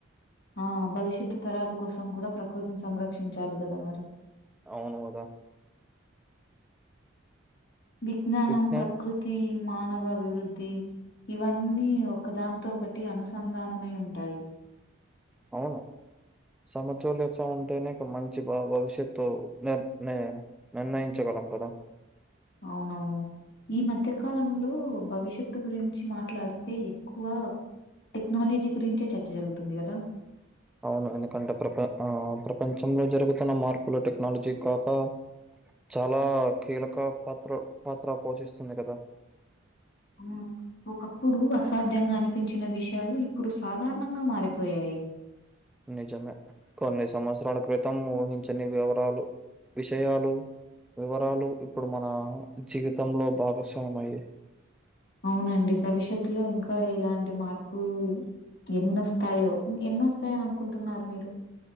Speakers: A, on the left; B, in the centre.
A: ఆ భవిష్యత్తు తరాల కోసం కూడా ప్రకృతిని సంరక్షించాలి కద మరి
B: అవును గదా
A: విజ్ఞానం,
B: విజ్ఞాన్
A: ప్రకృతి మానవభివృద్ధి ఇవన్నీ ఒకదానితో ఒకటి అనుసంధానమై ఉంటాయి
B: అవును సమతుల్యత ఉంటేనే మంచి భవిష్యత్తు ని నిర్ణయించగలం కదా
A: అవునవును ఈ మధ్యకాలంలో భవిష్యత్తు గురించి మాట్లాడితే ఎక్కువ టెక్నాలజీ గురించే చర్చ జరుగుతుంది కదా
B: అవును ఎందుకంటే ఆ ప్రపంచంలో జరుగుతున్న మార్పులు టెక్నాలజీ కాక చాలా కీలక పాత్ర పోషిస్తుంది కదా
A: అవును ఒకప్పుడు అసాధ్యంగా అనిపించిన విషయాలు ఇప్పుడు సాధారణంగా మారిపోయాయి
B: నిజమే కొన్ని సంవత్సరాల క్రితం ఊహించని వివరాలు విషయాలు వివరాలు ఇప్పుడు మన జీవితంలో భాగస్వామ్య అయ్యాయి
A: అవునండి భవిష్యత్తులో ఇంకా ఇలాంటి మార్పు ఎన్నోస్తాయో ఎన్నోస్తాయని అనుకుంటున్నారు మీరు